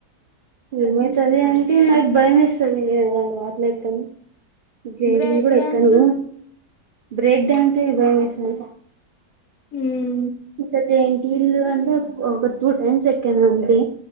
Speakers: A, on the right; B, on the left.
A: ఏమైతది అంటే నాకు భయం వేస్తుంది నేను ఎలాంటి వాట్లో ఎక్కన్ జంటి
B: బ్రేక్
A: వీల్ కూడా
B: డ్యాన్స్
A: ఎక్కను బ్రేక్ డాన్స్ సే భయమేస్తది
B: ఉమ్
A: ఇంకా జాయింట్ వీలు అంటే ఒక టూ టైమ్స్ ఎక్కను అంతే